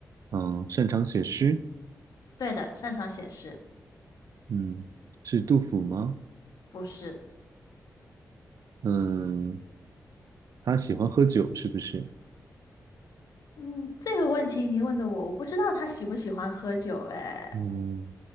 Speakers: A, on the right; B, on the left.
A: 嗯，擅长写诗。
B: 对的，擅长写诗，
A: 嗯，是杜甫吗？
B: 不是。
A: 嗯，他喜欢喝酒是不是？
B: 嗯，这个问题你问的我，我不知道他喜不喜欢喝酒。哎，
A: 嗯，